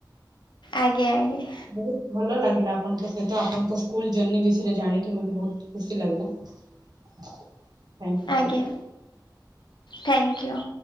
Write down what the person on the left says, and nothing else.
ଆଜ୍ଞା ଆଜ୍ଞା।
ଆଜ୍ଞା
ଥ୍ୟାଙ୍କ ୟୁ।